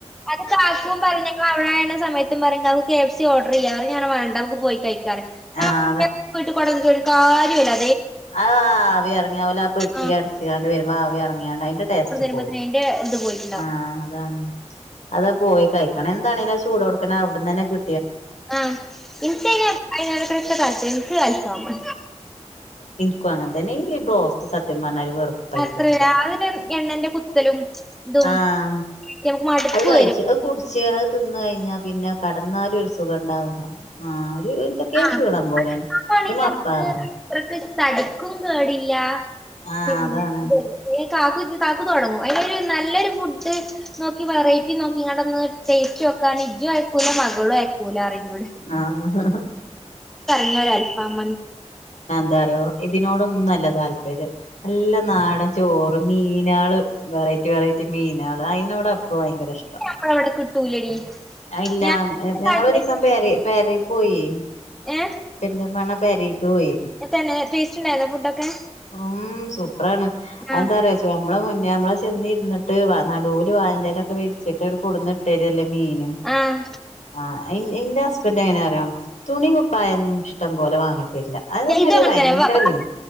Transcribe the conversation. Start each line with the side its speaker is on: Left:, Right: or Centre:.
Centre: അത് കാക്കും പറഞ്ഞ് ഞങ്ങവടാവണ സമയത്തും പറയും നമ്മുക്ക് കെ എഫ് സി ഓർഡ റിയ്യ പറയും ഞാൻ വേണ്ട മ്മ്ക്ക് പോയി കഴിക്കാറയും ഞമുക്ക്
Left: ആഹ്
Centre: കെ എഫ് സി വീട്ടു കൊണ്ടന്നിട് ഒരു കാര്യുല്ല
Left: ആഹ് അ ആവി എറങ്ങിയ പോലെ ആ പെട്ടി
Centre: ആഹ്
Left: അടച്ചക്കാണ്ട് വരു മ്പ ആവി എറങ്ങിയോണ്ട് അയിന്റെ ടേസ്റ്റ്
Centre: വരുമ്പോത്തിന്
Left: പോയി
Centre: അയിന്റെ ഇത് പോയിട്ടുണ്ടാവും
Left: ആ അതാണ് അതാ പോയി കഴിക്കണം എന്താണെലും ആ ചൂടോട്ക്കനെ അവിടന്നെ കി
Centre: ആഹ് ഇൻക്കയിന് അയിനെക്കാളൊക്കെ താൽപ്പര്യം ഇൻക്ക് അൽഫാമ്
Left: ക്കും അങ്ങനെ തന്നെ ഈ ബ്രോസ്റ്റ് സത്യം പറഞ്ഞാരു വെറുപ്പായിക്ക്ണു
Centre: അത്ര
Left: ഇപ്പൊ
Centre: അതില് എണ്ണന്റെ കുത്തലും ഇതും
Left: ആഹ് മം
Centre: നമുക്ക് മടുപ്പ്
Left: അത് കഴിച്ച്
Centre: വരും
Left: അത് കുടിച്ച് അത് തിന്ന് കഴിഞ്ഞാ പിന്നെ കടന്നാലും ഒരു സുഖം ഉണ്ടാവൂല ആ ഒരു എത്തെക്കൊരു
Centre: ആഹ്
Left: ക്ഷീണംപോലെണ്
Centre: അടക്കാണെങ്കിൽ
Left: ഞ് മപ്പാണ്
Centre: നമുക്ക് അത്രക്ക് തടിക്കും കേടില്ല
Left: ആഹ്
Centre: പിന്നെ
Left: അതാണ്
Centre: ത് ല്ലേ ഏ കാക്കു ഇഞ്ഞ്കാക്കു തൊടങ്ങും അയിനൊരു നല്ലൊരു ഫുഡ് നോക്കി വെറൈറ്റി നോക്കി കാണ്ടൊന്ന് ടേസ്റ്റോ നോക്കാൻ ഇജും അയക്കൂല മകളും അയിക്കൂലറിയും ന്നോട്
Left: ആഹ്
Centre: ഇങ്ങളൊ രാഅൽഫാമ് മന്
Left: എന്തറിയോ ഇതിനോടൊന്നുല്ല താല്പര്യം നല്ല നാടൻ ചോറ് മീനാള് വേറൈ റ്റി വെറൈറ്റി മീനാള് അയിനവടെ അപ്പ ഭയങ്കര ഇഷ്ടം
Centre: നമ്മളവിടെ കിട്ടൂലടി
Left: അഎല്ല
Centre: ഞാൻ ഇന്റെ
Left: ഞങ്ങളൊരീസം
Centre: നാട്ടിലേക്ക്
Left: പെര പേരേക്കോയെ
Centre: ഏഹ്
Left: പെരുന്തൽമണ്ണ പെരീക്ക് പോയി
Centre: തന്നെ ടേസ്റ്റ് ഉണ്ടായിരുന്നോ ഫുഡൊക്കെ
Left: ഉം സൂപ്പറാണ്
Centre: ആഹ്
Left: അന്താറയാച്ച നമ്മളെ മു മുന്നെ അമ്മൾചെന്നിരുന്നിട്ട് വർ നടൂല് വായന്റെലെക്കെ വിരിച്ചിട്ട് ങ്ങട് കൊടന്ന് ഇട്ടരല്ലേ മീന്
Centre: ആഹ്
Left: ആ ഇൻ ഇന്റെ ഹസ്ബൻഡ് എങ്ങനെ അറിയോ തുണി കുപ്പായൊന്നും ഇഷ്ടം പോലെ വാങ്ങി തരില്ല അതിനൊരു
Centre: ഇതും അങ്ങനെ
Left: ഭയങ്കര
Centre: തന്നെ വ- വ-
Left: ലിമി